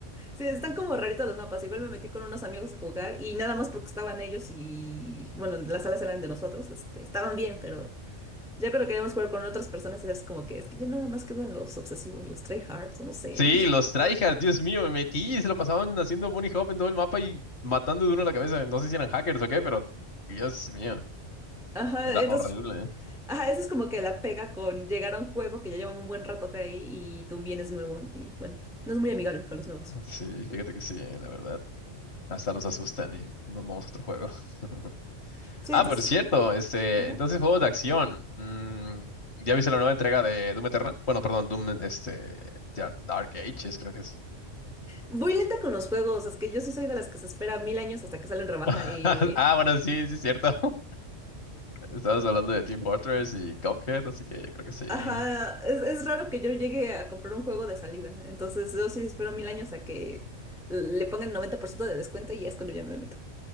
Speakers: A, in the centre; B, on the left.
A: sí, están como raritos los mapas. Igual me metí con unos amigos a jugar y nada más porque estaban ellos y, bueno, las salas eran de nosotros. Este, estaban bien, pero ya cuando queríamos jugar con otras personas es como que es que ya nada más quedan los obsesivos, los tryhards o no sé.
B: Sí,
A: <laughs>
B: los tryhards, Dios mío, me metí y se lo pasaban haciendo bunny hop en todo el mapa y matando de uno a la cabeza. No sé si eran hackers o qué, pero Dios mío,
A: Ajá,
B: era
A: entonces,
B: horrible, ¿eh?
A: ajá, eso es como que la pega con llegar a un juego que ya lleva un buen ratote ahí y tú vienes nuevo y bueno, no es muy amigable con los nuevos.
B: Sí, fíjate que sí, la verdad. Hasta los asustan y nos vamos a otro juego. <laughs>
A: Sí,
B: Ah,
A: entonces,
B: por cierto, este,
A: ajá.
B: entonces juegos de acción. Mm, ¿ya viste la nueva entrega de Doom Eternal? Bueno, perdón, Doom, este, ya, Dark Ages, creo que es.
A: Voy lenta con los juegos, es que yo sí soy de las que se espera mil años hasta que salen rebaja
B: <laughs>
A: y...
B: Ah, bueno, sí, sí, es cierto. <laughs> Estabas hablando de Team Fortress y Cuphead, así que yo creo que sí.
A: Ajá, es, es raro que yo llegue a comprar un juego de salida, entonces yo sí espero mil años a que le pongan 90% de descuento y ya es cuando ya me meto.